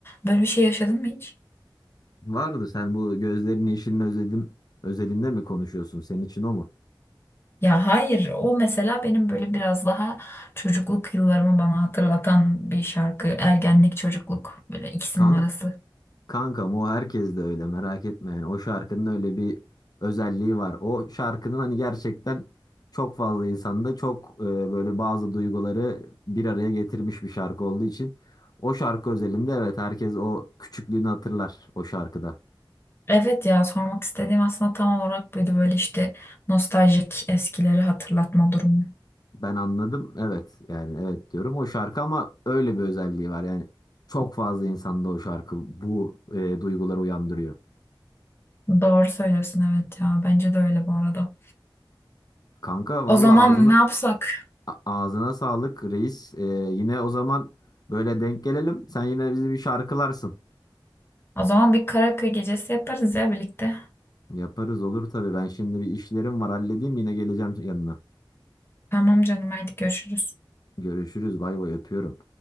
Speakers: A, on the left; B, on the left.
A: Böyle bir şey yaşadın mı hiç?
B: Vardır sen bu gözlerinin yeşilini özledim özelinde mi konuşuyorsun senin için o mu?
A: Ya hayır, o mesela benim böyle biraz daha çocukluk yıllarımı bana hatırlatan bir şarkı. Ergenlik, çocukluk böyle ikisinin
B: Kan
A: arası.
B: Kankam o herkes de öyle merak etme yani o şarkının öyle bir özelliği var. O şarkının hani gerçekten çok fazla insanda çok e, böyle bazı duyguları bir araya getirmiş bir şarkı olduğu için o şarkı özelinde evet herkes o küçüklüğünü hatırlar o şarkıda.
A: Evet ya sormak istediğim aslında tam olarak buydu böyle işte nostaljik eskileri hatırlatma durumu.
B: Ben anladım evet yani evet diyorum o şarkı ama öyle bir özelliği var yani çok fazla insanda o şarkı bu e, duyguları uyandırıyor.
A: Doğru söylüyorsun evet ya bence de öyle bu arada.
B: Kanka valla
A: O zaman
B: ağzını
A: ne yapsak?
B: A- Ağzına sağlık reis. Ee, yine o zaman böyle denk gelelim. Sen yine bizi bir şarkılarsın.
A: O zaman bir karaoke gecesi yaparız ya birlikte.
B: Yaparız olur tabii. Ben şimdi bir işlerim var halledeyim yine geleceğim yanına.
A: Tamam canım hadi görüşürüz.
B: Görüşürüz bay bay öpüyorum.